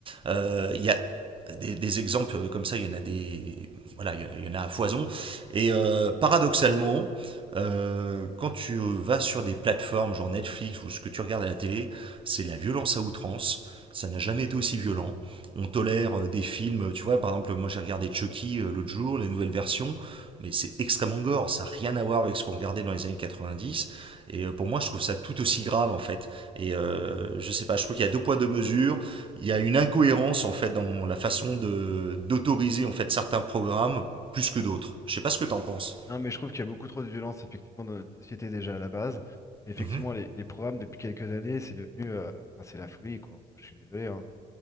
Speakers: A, on the right; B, on the left.
A: Euh, il y a des, des, exemples comme ça, il y en a des, voilà, il y en a à foison. Et euh, paradoxalement, euh, quand tu vas sur des plateformes genre Netflix ou ce que tu regardes à la télé, c'est la violence à outrance. Ça n'a jamais été aussi violent. On tolère euh, des films, tu vois, par exemple, moi j'ai regardé Chucky euh, l'autre jour, les nouvelles versions, mais c'est extrêmement gore, ça n'a rien à voir avec ce qu'on regardait dans les années 90. Et euh, pour moi, je trouve ça tout aussi grave en fait. Et euh, je sais pas, je trouve qu'il y a deux poids deux mesures il y a une incohérence en fait dans la façon de d'autoriser en fait certains programmes plus que d'autres. Je sais pas ce que t'en penses.
B: Non, mais je trouve qu'il y a beaucoup trop de violence, effectivement, dans notre société déjà à la base. Mais effectivement,
A: Mhm,
B: les, les programmes, depuis quelques années, c'est devenu... euh, enfin, c'est la folie, quoi. Moi, je suis désolé, hein.